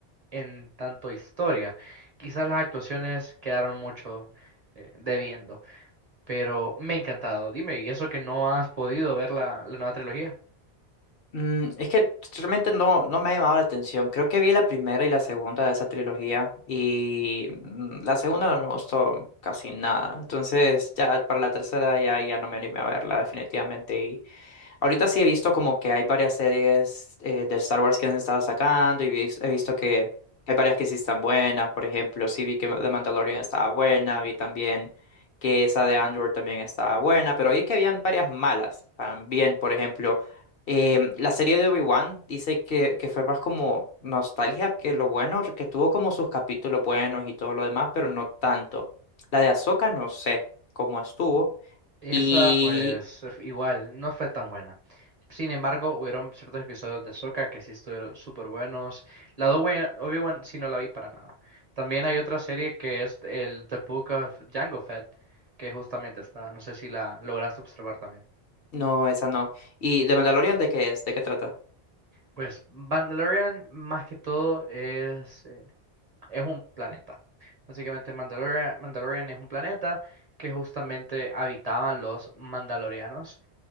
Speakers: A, on the right (about 40°); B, on the left (about 60°).
A: en tanto historia. Quizás las actuaciones quedaron mucho eh, debiendo, pero me ha encantado. Dime, ¿y eso que no has podido ver la, la nueva trilogía?
B: Mm, es que realmente no, no me ha llamado la atención. Creo que vi la primera y la segunda de esa trilogía y mm, la segunda no me gustó casi nada. Entonces ya para la tercera ya, ya no me animé a verla definitivamente Ahorita sí he visto como que hay varias series eh, de Star Wars que han estado sacando y vis- he visto que hay varias que sí están buenas. Por ejemplo, sí vi que The Mandalorian estaba buena, vi también que esa de Andor también estaba buena, pero vi que habían varias malas también. Por ejemplo, eh, la serie de Obi-Wan dice que, que fue más como nostalgia que lo bueno, que tuvo como sus capítulos buenos y todo lo demás, pero no tanto. La de Ahsoka no sé cómo estuvo.
A: Esa,
B: Y...
A: pues, f- igual, no fue tan buena. Sin embargo, hubieron ciertos episodios de Sokka que sí estuvieron súper buenos. La de Obi- Obi-Wan sí no la vi para nada. También hay otra serie que es el The Book of Jango Fett, que justamente está, no sé si la lograste observar también.
B: No, esa no. ¿Y The Mandalorian de qué es? ¿De qué trata?
A: Pues Mandalorian más que todo es, eh, es un planeta. Básicamente Mandalorian, Mandalorian es un planeta que justamente habitaban los mandalorianos